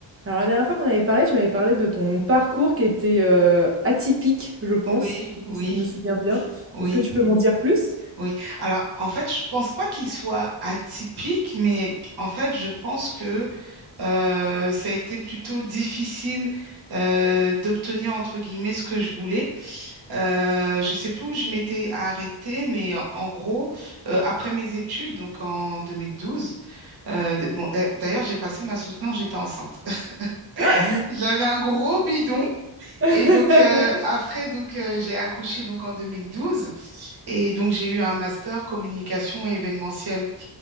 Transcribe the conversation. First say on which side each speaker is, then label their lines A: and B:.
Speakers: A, on the right (about 30°); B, on the right (about 60°).
A: Alors la dernière fois qu'on avait parlé, tu m'avais parlé de ton parcours qui était euh, atypique, je pense,
B: Oui, oui,
A: si je me souviens bien.
B: oui,
A: Est-ce que tu peux m'en dire plus?
B: oui. Alors, en fait, je pense pas qu'il soit atypique, mais en fait, je pense que euh, ça a été plutôt difficile euh, d'obtenir, entre guillemets, ce que je voulais. Euh, je sais plus où je m'étais arrêtée, mais en en gros, euh, après mes études, donc en 2012, euh, d- bon, d'a- d'ailleurs, j'ai passé ma soutenance, j'étais enceinte. <laughs>
A: Ah!
B: J'avais un gros bidon
A: <laughs>
B: Et donc euh, après donc euh, j'ai accouché donc en 2012 et donc j'ai eu un master communication et événementiel.